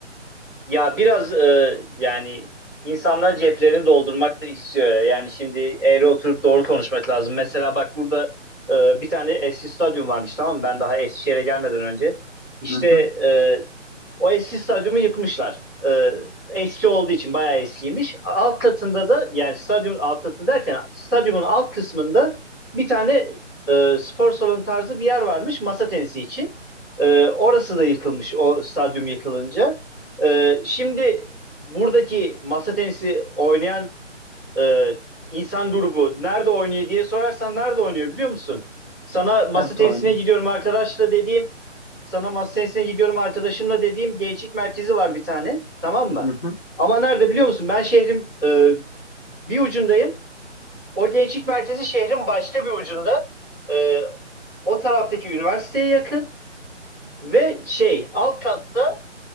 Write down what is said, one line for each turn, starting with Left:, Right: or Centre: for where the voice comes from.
Centre: Ya biraz e, yani insanlar ceplerini doldurmak da istiyor. Yani şimdi eğri oturup doğru konuşmak lazım. Mesela bak burada e, bir tane eski stadyum varmış tamam mı? Ben daha Eskişehir'e gelmeden önce. İşte
Left: Hı hı.
Centre: e, o eski stadyumu yıkmışlar. E, eski olduğu için bayağı eskiymiş. Alt katında da yani stadyumun alt katı derken stadyumun alt kısmında bir tane e, spor salonu tarzı bir yer varmış masa tenisi için. E, orası da yıkılmış o stadyum yıkılınca. Ee, şimdi buradaki masa tenisi oynayan e, insan grubu nerede oynuyor diye sorarsan nerede oynuyor biliyor musun? Sana masa
Left: Evet
Centre: tenisine
Left: oyunu.
Centre: gidiyorum arkadaşla dediğim, sana masa tenisine gidiyorum arkadaşımla dediğim gençlik merkezi var bir tane, tamam mı?
Left: Hı hı.
Centre: Ama nerede biliyor musun? Ben şehrin e, bir ucundayım. O gençlik merkezi şehrin başka bir ucunda. E, o taraftaki üniversiteye yakın ve şey alt katta